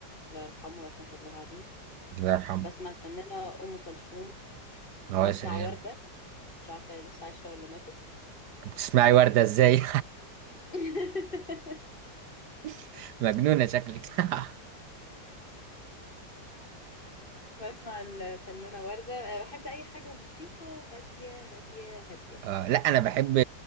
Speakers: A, on the left (about 30°); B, on the right (about 75°).
A: الله يرحمه ورحمة الله عليه
B: الله يرحمه
A: بسمع الفنانة أم كلثوم
B: اه
A: بسمع
B: يا سلام
A: وردة مش عارفة هي لسه عايشة ولا ماتت
B: بتسمعي وردة ازاي
A: <laughs>
B: <laughs> مجنونة شكلك <laughs>
A: بسمع الفنانة وردة أه، بحب أي حاجة موسيقى هادية هادية هادية
B: آه لا انا بحب